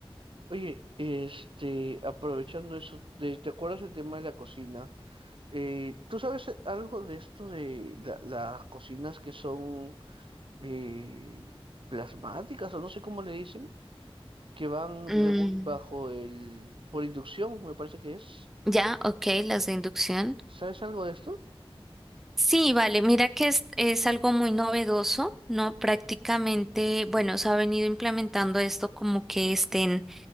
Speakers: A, on the right (about 60°); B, in the centre.
A: Oye, este, aprovechando eso, de- ¿te acuerdas el tema de la cocina? Eh, ¿tú sabes algo de esto de la- las cocinas que son eh, plasmáticas o no sé cómo le dicen, que van,
B: Mm,
A: digamos, bajo el, por inducción, me parece que es.
B: ya, ok, las de inducción.
A: ¿Sabes algo de esto?
B: Sí, vale, mira que es, es algo muy novedoso, ¿no? Prácticamente, bueno, se ha venido implementando esto como que estén